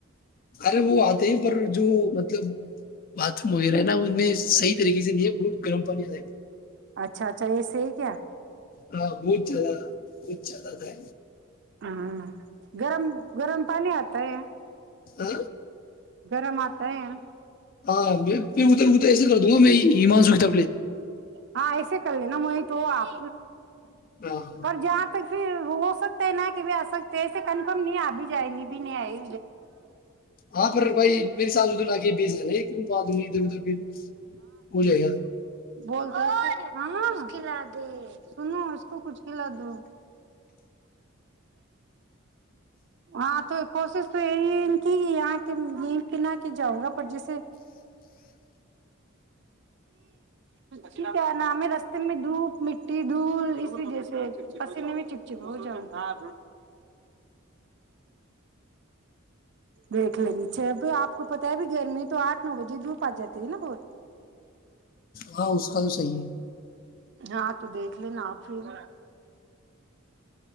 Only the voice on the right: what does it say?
اچھا اچھا ایسے ہی کیا
ہاں گرم گرم پانی آتا ہے
گرم آتا ہیں
ہاں ایسے کلے ن م تو آپ
پر جہاں تک پھر ہو سکتا ہے نہ کہ بھی آ سکتے ہیں ایسے کنفرم نہیں آب بھی جائے گ بھی نہیں آئے
بولتے کلا سنو اس کو کچھ کھلا دو ہاں تو کوشش تو یہی ان کی یہاں کی ن پنا کے جاؤں گا پر جیے کہ کیا ن میں رستے میں دھوپ مٹی دھول اسی جیس پسینے میں چپ چپ ہو جاؤں گا دیکھ ل گی اچھا ا آپ کو پتاہ ہے بھی گرمی تو آٹھ نو بجے دھوپ آ جاتی ہے نا بہت
ہاں تو دیکھ لینا آپھراں